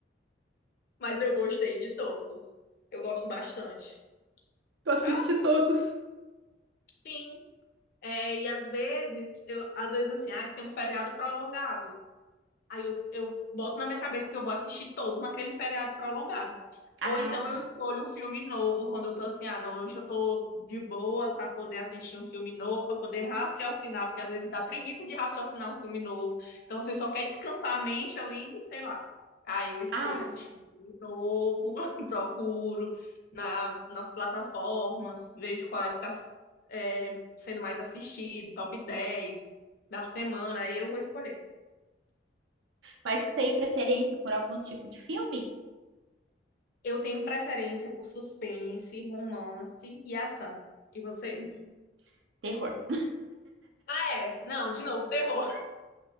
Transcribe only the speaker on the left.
mas eu gostei de todos. Eu gosto bastante.
Ah,
sim. É, e às vezes, eu, às vezes assim, ah, se tem um feriado prolongado. Aí eu, eu boto na minha cabeça que eu vou assistir todos naquele feriado prolongado.
Ou então
eu escolho um filme novo, quando eu tô assim, ah, não, hoje eu tô de boa para poder assistir um filme novo, para poder raciocinar, porque às vezes dá preguiça de raciocinar um filme novo. Então você só quer descansar a mente ali, sei lá. Aí eu escolho
assistir
um filme novo, <laughs> procuro na, nas plataformas, vejo qual é que tá, é, sendo mais assistido, top 10 da semana, aí eu vou escolher.
Eu tenho preferência por suspense, romance e ação. E você?
Ah, é. Não, de novo, terror. <laughs>